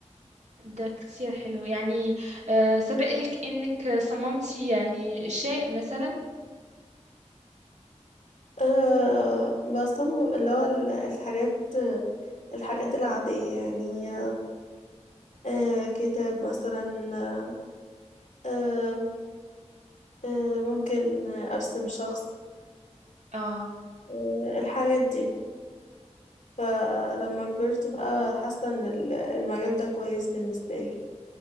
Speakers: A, on the right (about 70°); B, on the left (about 85°).
A: ده كتير حلو يعني آه، سبق لك إنك صممتي يعني شيء مثلا
B: أه بصمم اللي هو ال- الحاجات الحاجات العاديه يعني أه كتاب مثلا أه أه ممكن ارسم شخص
A: اه
B: أه الحاجات دي فلما كبرت بقى حاسه ان ال- المجال ده كويس بالنسبه لي